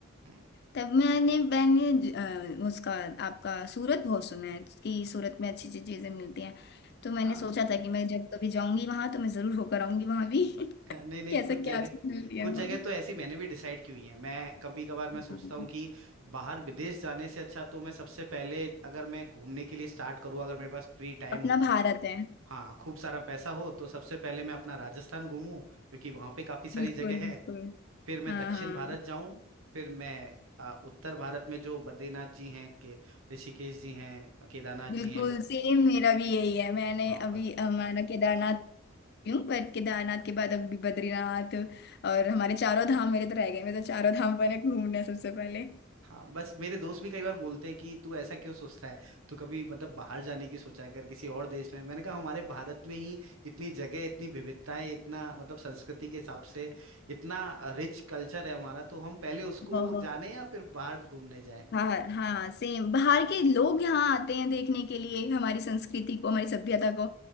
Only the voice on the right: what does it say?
हम्म,
हाँ
हाँ, नहीं नहीं
कुछ
जगह
कुछ जगह
तो ऐसी मैंने भी डिसाइड की हुई है मैं कभी कभार मैं
सोचता हूँ कि बाहर विदेश जाने से अच्छा तो मैं सबसे पहले अगर मैं घूमने के लिए स्टार्ट करूँ अगर मेरे पास फ्री टाइम
हो
हाँ खूब सारा पैसा हो तो सबसे पहले मैं अपना राजस्थान घूमूं क्योंकि वहां पे काफी सारी
जगह
है फिर मैं
दक्षिण
भारत जाऊं फिर मैं अ, उत्तर भारत में जो बद्रीनाथ जी हैं के ऋषिकेश जी हैं केदारनाथ
जी हैं
वहां
पर
हाँ बस मेरे दोस्त भी कई बार बोलते हैं कि तू ऐसा क्यों सोचता है तू कभी मतलब बाहर जाने की सोचा कर किसी और देश में मैंने कहा हमारे भारत में ही इतनी जगह इतनी विविधताएं इतना मतलब संस्कृति के हिसाब से इतना रिच कल्चर है हमारा तो हम पहले उसको
जाने या फिर बाहर घूमने जाएं